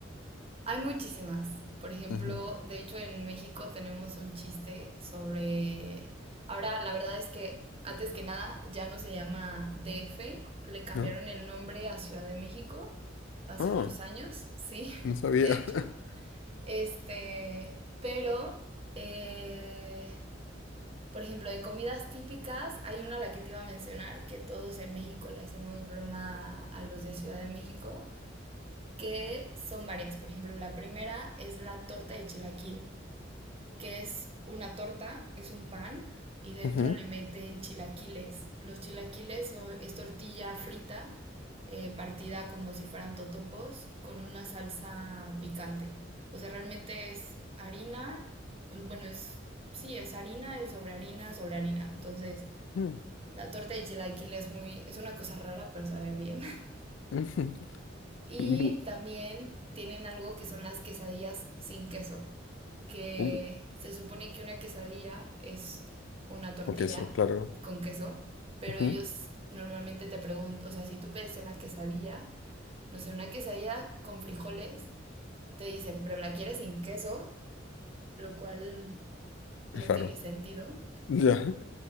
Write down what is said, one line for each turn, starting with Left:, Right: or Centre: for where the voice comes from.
Right: Hay muchísimas. Por ejemplo,
Left: Ujú,
Right: de hecho en México tenemos un chiste sobre... Ahora, la verdad es que antes que nada ya no se llama DF, le cambiaron
Left: ¿No?
Right: el nombre a Ciudad de México hace
Left: Ah,
Right: unos años, sí, <laughs>
Left: no sabía.
Right: de hecho.
Left: <laughs>
Right: Este, pero, eh, por ejemplo, de comidas típicas, hay una a la que te iba a mencionar, que todos en México le hacemos broma a los de Ciudad de México, que son varias. Por ejemplo, la primera es la torta de chilaquil, que es una torta, es un pan y dentro
Left: Ujú,
Right: le meten chilaquiles. Los chilaquiles son- es tortilla frita, eh, partida como si fueran totopos, con una salsa picante. O sea, realmente es harina, mm, bueno, es, sí, es harina, es sobre harina, sobre harina. Entonces,
Left: mm,
Right: la torta de chilaquil es muy, es una cosa rara, pero sabe bien. <laughs>
Left: ujú,
Right: Y
Left: ujú,
Right: también tienen algo que son las quesadillas sin queso, que
Left: ujú.
Right: se supone que una quesadilla es una tortilla
Left: Con queso, claro.
Right: con queso, pero
Left: Ujú,
Right: ellos normalmente te preguntan, o sea, si tú pides una quesadilla, no sé, una quesadilla con frijoles, te dicen, pero la quieres sin queso, lo cual
Left: Es
Right: no
Left: raro.
Right: tiene sentido,
Left: Ya.